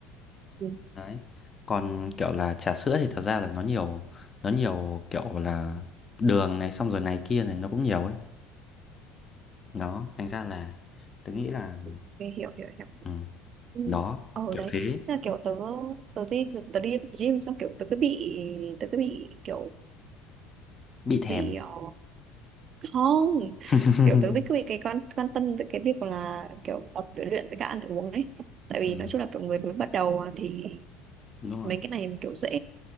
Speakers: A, on the right (about 40°); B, on the left (about 20°).
A: ừ.
B: đấy còn kiểu là trà sữa thì thật ra là nó nhiều nó nhiều kiểu là đường này xong rồi này kia này nó cũng nhiều ấy đó thành ra là tớ nghĩ là
A: ok, hiểu hiểu hiểu
B: ừ,
A: Ừ.
B: đó
A: Ờ
B: kiểu
A: đấy
B: thế
A: Thế là kiểu tớ tớ đi tớ đi tập gym xong kiểu tớ cứ bị tớ cứ bị kiểu
B: bị thèm
A: bị ờ, không
B: <laughs>
A: kiểu tớ bị cứ bị cái quan quan tâm tới cái việc là kiểu tập với luyện với cả ăn uống ấy tại vì
B: ừ,
A: nói chung là kiểu người mới bắt đầu à, thì
B: đúng rồi
A: mấy cái này kiểu dễ